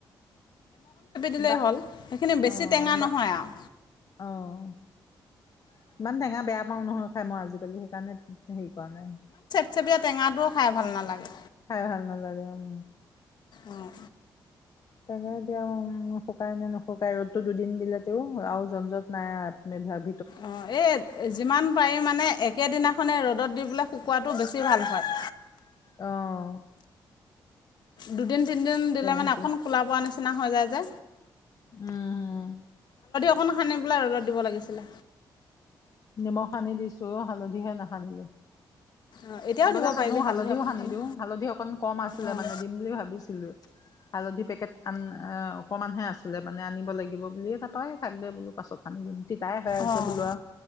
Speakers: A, on the left; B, on the left.
A: দিলেই
B: বা
A: হ'ল সেইখিনি বেছি
B: অ',
A: টেঙা
B: বা
A: নহয় আৰু
B: আ', হ ইমান টেঙা বেয়া পাওঁ নহয়। খাই মই আজিকালি সেইকাৰণে। হেৰি কৰাৱা নাই।
A: চব টেঙাটো। ভাল নালাগে
B: খাই ভাল নালাগে উম।
A: অঁ
B: তাকে এতিয়া শুকাই নে নুশুকাই ৰ'দতো দুদিন দিলে তেও আৰু জ্জট নাই ধ
A: অ', এ যিমান পাৰি মানে একেদিনাখনে ৰ'দত দি পোলে। শুকোৱাটো বেছি ভাল হয়।
B: আহ',।
A: দুদিন তিনিদিন দিলে মানে
B: সেইটো
A: অক খোলাোৱা নিচনা। নিচনা হৈ যায় যে।
B: উম উম।
A: অকন সানি পেলাই ৰদত দিব লাগিছিলে।
B: নিমখ সানি দিছো, হালধিহে নাখানিলো।
A: অঁ এতিয়াও
B: আগতে
A: দিব
B: সানো।
A: পাৰিবি হালধি
B: হালধিও
A: অকণ
B: সান্দি
A: সানি
B: দিওঁ, হালধি অকন কম আছিলে
A: অঁ
B: মানে দিম বুলি ভাবিছিলোৱে। হালধি পেকেট আন অকণমানহে আছিলে মানে আনিব লাগিব বুলিয়ে তাৰৰাই থাক দে বোলো পাছত সানি দিম তাই হৈ আছে
A: অঁ
B: বোলোৱা